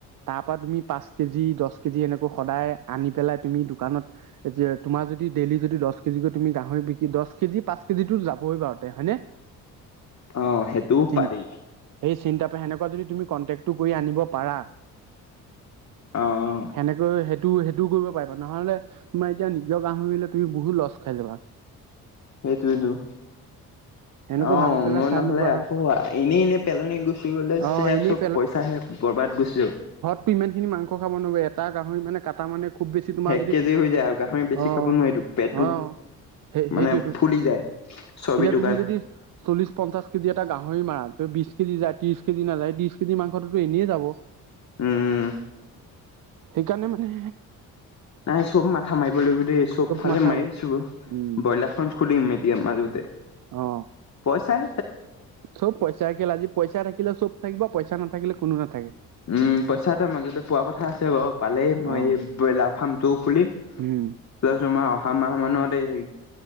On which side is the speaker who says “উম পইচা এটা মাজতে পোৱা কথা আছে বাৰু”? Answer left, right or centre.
Left